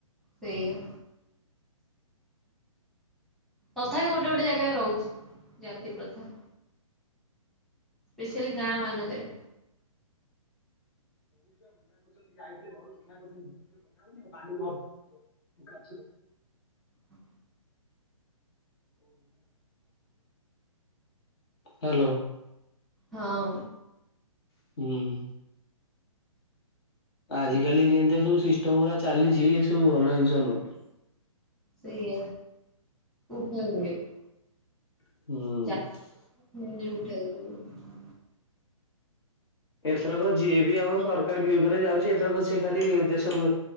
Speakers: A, in the centre; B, on the left.
A: ସେଇଆା। ତଥାପି, ଗୋଟେ ଗୋଟେ ଜାଗାରେ ରହୁଛି ଜାତି ପ୍ରଥା। ଏଇ ସେହି, ଗାଁ ମାନଙ୍କରେ।
B: <inaudible> <inaudible>
A: ?
B: <inaudible> ହ୍ୟାଲୋ।
A: ହଁ।
B: ହୁଁ। ଆଜ କାଲି ଯେମିତିଆ ସବୁ ସିଷ୍ଟମ ପୁରା ଚାଲିଛି, ଏ ସବୁ ଭଲ ଜିନିଷ ନୁହଁ।
A: ସେଇଆା, ଉଠେଇ ପଡିବ।
B: ହୁଁ।
A: ଜାତି <inaudible>
B: ଏଥରକ ଯିଏ ବି ଆମ ସରକାର ବିରୁଦ୍ଧରେ ଯାଉଛି, ଏଥରକ ସେ ଖାଲି ଦେଶରୁ